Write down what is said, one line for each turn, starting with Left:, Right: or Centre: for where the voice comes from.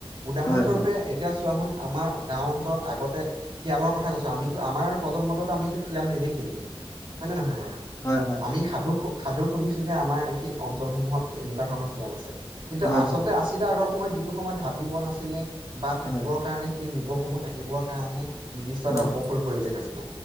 Right: উদাহৰণ
Left: হয়,
Right: স্বৰূপে
Left: হয়,
Right: এতিয়া চোৱা হন। আমাৰ গাঁও অঞ্চলত আগতে শিয়ালৰ কথা কৈছো আমিতো আমাৰ প্ৰজন্মতো আমিতো শিয়াল নেদেখিলোয়ে। হয় নে নহয় বাৰু
Left: হয়, হয়,
Right: আমি সাধু সাধু শুনিছো যে আমাৰ সেই অঞ্চলসমূহত এনেকুৱা ধৰণৰ শিয়াল আছে। কিন্তু
Left: হয়
Right: আচলতে
Left: হয়।
Right: আছিলে আগৰ সময়ত যিটো সময়ত হাবিবন আছিলে। বা থাকিবৰ
Left: হয়,
Right: কাৰণে। সেই জীৱসমূহ থাকিবৰ কাৰণে নিৰ্দিষ্ট
Left: হয়,
Right: এটা উপকূল পৰিৱেশ আছিলে